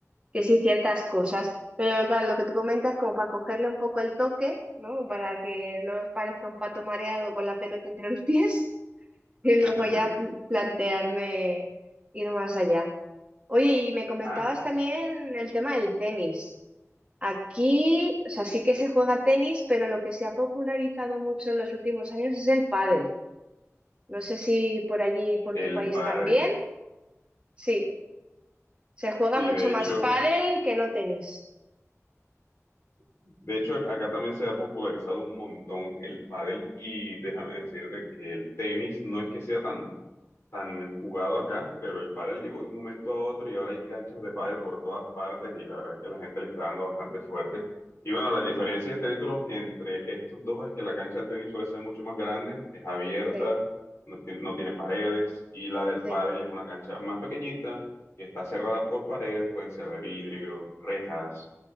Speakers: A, on the right (about 20°); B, on the left (about 55°).
A: que si ciertas cosas. Pero claro, lo que tú comentas, como para cogerle un poco el toque, ¿no? Para que no parezca un pato mareado con la pelota entre los pies. Y
B: <laughs>
A: luego ya plantearme ir más allá. Oye, y me comentabas
B: Haces
A: también el tema del tenis. Aquí, o sea, sí que se juega tenis, pero lo que se ha popularizado mucho en los últimos años es el pádel. No sé si por allí, por
B: el
A: tu país
B: pádel.
A: también. Sí, se juega
B: Sí,
A: mucho
B: de
A: más
B: hecho.
A: pádel que no tenis.
B: De hecho, a- acá también se ha popularizado un montón el pádel y déjame decirte que el tenis no es que sea tan, tan jugado acá, pero el pádel llegó de un momento a otro y ahora hay canchas de pádel por todas partes y la verdad es que la gente le está dando bastante fuerte. Y bueno, la diferencia entre, otros- entre estos dos es que la cancha del tenis suele ser mucho más grande, es abierta,
A: Sí,
B: no tiene, no tiene paredes y la del
A: sí,
B: pádel es una cancha más pequeñita que está cerrada por paredes, pueden ser de vidrio, rejas.